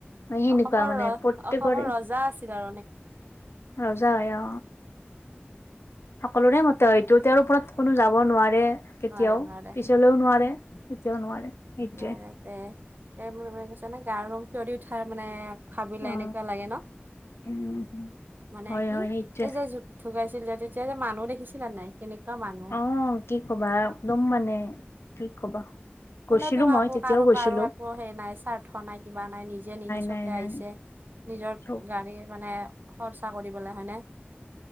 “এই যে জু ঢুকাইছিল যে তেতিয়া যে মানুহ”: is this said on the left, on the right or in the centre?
Right